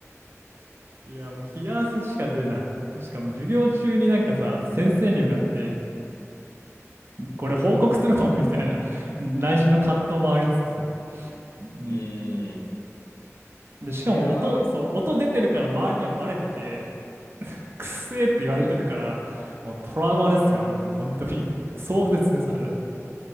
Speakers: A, on the right; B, on the left.
A: いや、もう冷や汗しか出ない。しかも授業中になんかさ、先生に向かってこれ報告するのみたいな内心の葛藤もありつつ。うん
B: うーん。
A: で、しかも音、
B: いやー、
A: そう、音出てるから周りにはバレてて、くっせーって言われてるから、
B: うん。
A: もうトラウマですよ、あれ。もう本当に。壮絶です、あれ。